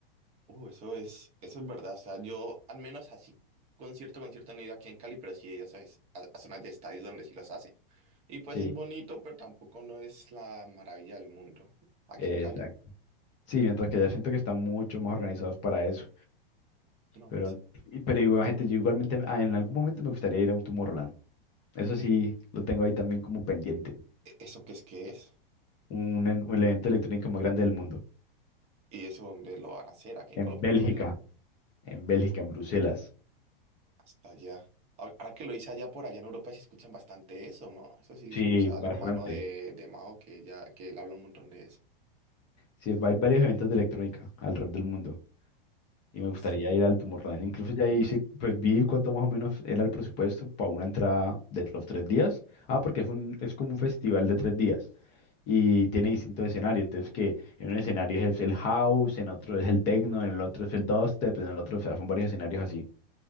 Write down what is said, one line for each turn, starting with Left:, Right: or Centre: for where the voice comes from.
Right: Uh, eso es, eso es verdad. O sea, yo al menos así, concierto, concierto no he ido aquí en Cali, pero sí he ido ¿sabes? a, a zonas de estadios donde sí los hacen. Y pues
Left: Sí,
Right: es bonito, pero tampoco no es la maravilla del mundo aquí
Left: exacto.
Right: en Cali.
Left: Sí, mientras que ya siento que están mucho más organizados para eso.
Right: No,
Left: Pero,
Right: pues,
Left: y- pero igual, gente, yo igualmente ah, en algún momento me gustaría ir a un Tomorrowland. Eso sí, lo tengo ahí también como pendiente.
Right: ¿e- ¿eso qué es que es?
Left: Un, un evento electrónico más grande del mundo.
Right: ¿Y eso dónde lo van a hacer? Aquí en
Left: En
Right: Colombia
Left: Bélgica,
Right: no creo, ¿no?
Left: en Bélgica, en Bruselas.
Right: Hasta allá. Ahora ahora que lo hice allá por allá en Europa, sí escuchan bastante eso, ¿no? Eso sí le
Left: Sí,
Right: escucha
Left: bastante.
Right: al hermano de, de Mao que ya que él habla un montón de eso.
Left: Sí, va- hay varios eventos de electrónica alrededor del mundo
Right: Entonces,
Left: y me gustaría ir al Tomorrowland. Incluso ya hice, pues vi cuánto más o menos era el presupuesto para una entrada de los tres días. Ah, porque es un, es como un festival de tres días y tiene distintos escenarios. Entonces, que en un escenario es el house, en otro es el techno, en el otro es el dubstep, en el otro, o sea, son varios escenarios así.